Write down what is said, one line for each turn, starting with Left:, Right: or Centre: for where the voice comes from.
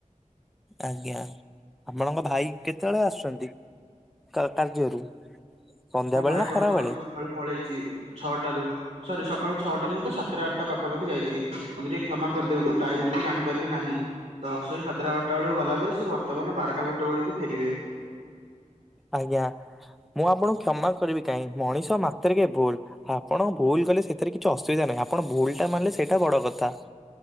Centre: ଆଜ୍ଞା, ଆପଣଙ୍କ ଭାଇ କେତେବେଳେ ଆସୁଛନ୍ତି କ କାର୍ଯ୍ୟରୁ? ସନ୍ଧ୍ୟାବେଳେ
Right: ମୋ ଭାଇ
Centre: ନା
Right: ବର୍ତ୍ତମାନ
Centre: ଖରାବେଳେ?
Right: ସକାଳୁ ପଳେଇଛି ଛଅଟାରୁ ସରି ସକାଳ ଛଅଟା ନୁହଁ ତ ସାତଟା ଆଠଟା ପାଖାପାଖି ଯାଇଛି। ମତେ ଟିକେ କ୍ଷମା କରିଦେବେ ମୁଁ ଟାଇମ ଟିକେ ଜାଣିପାରିଲି ନାହିଁ। ତ ସେଇ ସାତଟା ଅଠଟା ବେଳକୁ ଗଲା ପରେ ସେ ବର୍ତ୍ତମାନ ବାରଟା ଗୋଟେ ବେଳକୁ ଫେରିବେ।
Centre: ଆଜ୍ଞା ମୁଁ ଆପଣଙ୍କୁ କ୍ଷମା କରିବି କାହିଁ ମଣିଷ ମାତ୍ର କେ ଭୁଲ। ଆପଣ ଭୁଲ କଲେ ସେଥିରେ କିଛି ଅସୁବିଧା ନାହିଁ। ଆପଣ ଭୁଲ ଟା ମାନିଲେ ସେଇଟା ବଡ କଥା।